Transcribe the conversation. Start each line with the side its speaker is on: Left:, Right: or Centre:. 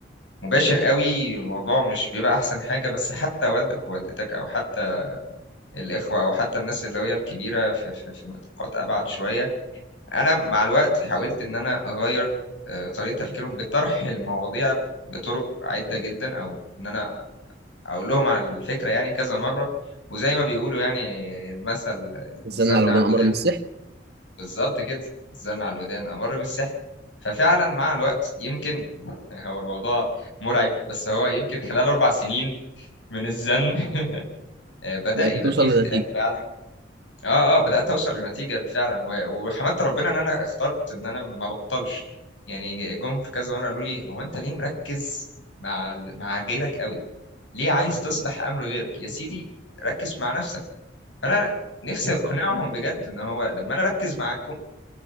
Left: مباشر قوي الموضوع مش بيبقى احسن حاجه بس حتى والدك ووالدتك او حتى الاخوه او حتى الناس اللي هي الكبيره في في, في نطاقات ابعد شويه انا مع الوقت حاولت ان انا اغير آه، طريقه تفكيرهم بطرح المواضيع بطرق عده جدا او ان انا اقول لهم على الفكره يعني كذا مره وزي ما بيقولوا يعني المثل
Right: نزلنا
Left: الزن
Right: على
Left: على
Right: ودان
Left: الودان
Right: امر النصيحة
Left: بالظبط كده الزن على الودان امر من السحر ففعلا مع الوقت يمكن <laughs> هو الموضوع مرعب بس هو يمكن خلال اربع سنين من الزن <laughs> آه، بدأ
Right: بتوصل
Left: يبقى فيه اختلاف
Right: لنتيجه
Left: فعلا اه اه بدأت اوصل لنتيجة فعلا و- وحمدت ربنا ان انا اخترت ان انا ما بطلش يعني جم في كذا مره قالوا لي هو انت ليه مركز مع ال- مع غيرك قوي ليه عايز تصلح امر غيرك يا سيدي ركز مع نفسك فانا نفسي اقنعهم بجد ان هو لما انا اركز معاكم